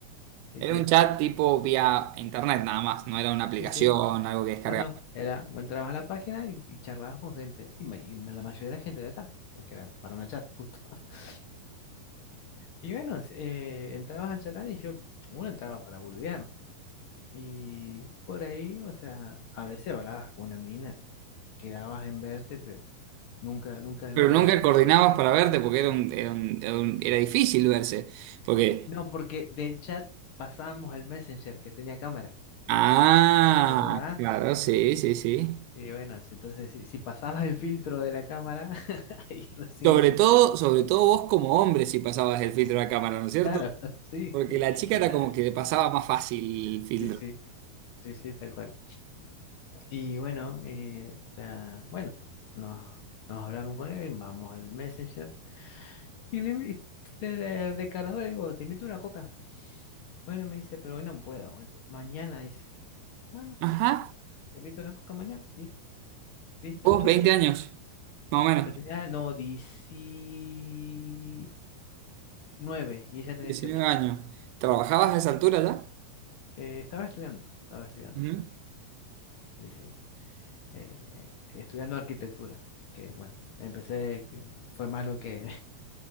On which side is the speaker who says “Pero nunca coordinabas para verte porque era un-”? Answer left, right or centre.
Right